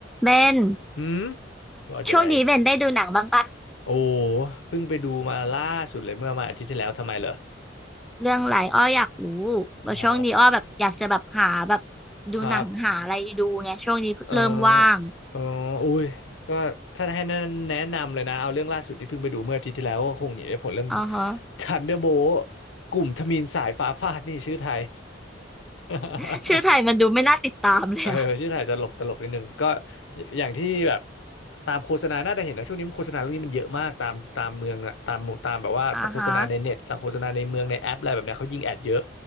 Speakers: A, in the centre; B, on the left (about 80°).
A: เบน
B: หืมว่าจะอะไร
A: ช่วงนี้เบนได้ดูหนังบ้างปะ
B: โอ้เพิ่งไปดูมาล่าสุดเลยเมื่อมาอาทิตย์ที่แล้วทำไมเหรอ
A: เรื่องอะไรอ้ออยากรู้
B: อ๋อ
A: ว่าช่วงนี้อ้อแบบอยากจะแบบหาแบบดูหนังหาอะไรดูไงช่วงนี้เริ่มว่าง
B: ครับ เออเอออุ้ยก็ถ้าให้แนะแนะนำเลยนะเอาเรื่องล่าสุดที่เพิ่งไปดูเมื่ออาทิตย์ที่แล้วก็คงหนีไม่พ้นเรื่อง
A: อ่าฮะ
B: Thunderbolt กลุ่มทมิฬสายฟ้าฟาดนี่ชื่อไทย
A: <laughs>
B: <laughs>
A: ชื่อไทยมันดูไม่น่าติดตามเลยอะ
B: เออชื่อถ่ายตลกตลกนิดนึงก็อย่างที่แบบตามโฆษณาน่าจะเห็นนะช่วงนี้โฆษณาเรื่องนี้มันเยอะมากตามตามเมืองอะตามหมู่ตามแบบว่าโฆษณาในเน็ตตามโฆษณาในเมืองในแอปอะไรแบบเนี้ยเขายิงแอดเยอะ
A: อ่าฮะ